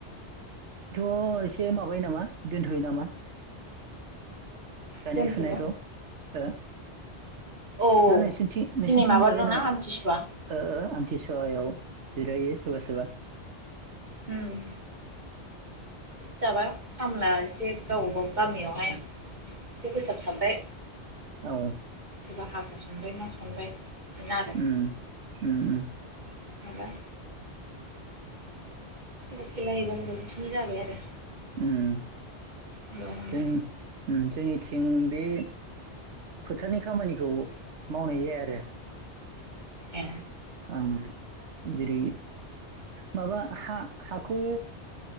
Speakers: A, on the right (about 85°); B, on the right (about 40°).
A: ओ एसे माबायो नामा दोनथ'यो नामा गायनाय
B: दोनथ'नो
A: फुनायखौ औ
B: औ
A: ना नोंसोरनिथिं नोंसोरनिथिं
B: दिनै माबा
A: माबायो
B: दंना
A: नामा
B: आमथिसुवा
A: ओ आमथिसुवाआव जिरायो सोरबा सोरबा
B: उम जाबाय खामला एसे गाव गाव गामियावहाय एसे फोसाबसाबबाय
A: औ
B: सोरबा हाग्रा सनबाय मा सनबाय
A: उम
B: बिदिनो आरो
A: उम उम
B: माबा सोरबा खेला हैबा होबाय बिदिनो जाबाय आरो
A: उम
B: बेयावनो
A: जों उम जोंनिथिं बे फोथारनि खामानिखौ मावनाय जाया आरो
B: ए
A: उम जेरै माबा हा हाखौ